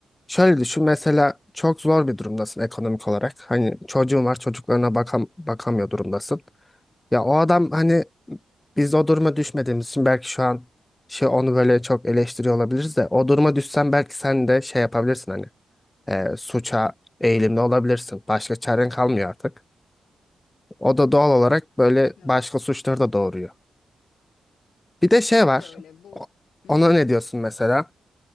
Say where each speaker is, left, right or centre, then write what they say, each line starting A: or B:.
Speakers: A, on the left; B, on the left.
A: şöyle düşün mesela çok zor bir durumdasın ekonomik olarak. Hani çocuğun var çocuklarına bakam bakamıyor durumdasın. Ya o adam hani biz o duruma düşmediğimiz için belki şu an şey onu böyle çok eleştiriyor olabiliriz de o duruma düşsen belki sen de şey yapabilirsin hani e, suça eğilimli olabilirsin. Başka çaren kalmıyor artık. O da doğal olarak
B: Kesinlikle.
A: böyle başka suçları da doğuruyor. Bir
B: Kesinlikle
A: de şey var.
B: öyle. Bu
A: O-
B: Hı
A: Ona
B: hı.
A: ne diyorsun mesela?